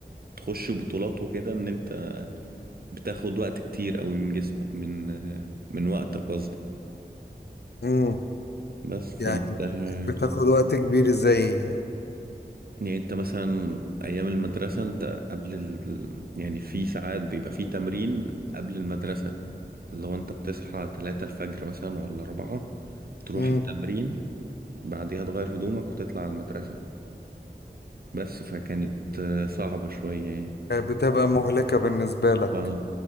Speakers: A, on the right; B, on the left.
A: تخش بطولات وكده ان انت بتاخد وقت كتير قوي من جسمك من آه، من وقتك قصدي
B: امم
A: بس فانت
B: يعني
A: آه،
B: بتاخد وقت كبير ازاي
A: يعني انت مثلا ايام المدرسه انت قبل ال... يعني في ساعات بيبقى في تمرين قبل المدرسه لو انت بتصحى تلاتة الفجر مثلا ولا أربعة تروح
B: امم
A: التمرين بعديها تغير هدومك وتطلع على المدرسة بس فكانت آه، صعبة شوية يعني
B: بتبقى مهلكة بالنسبة لك
A: اه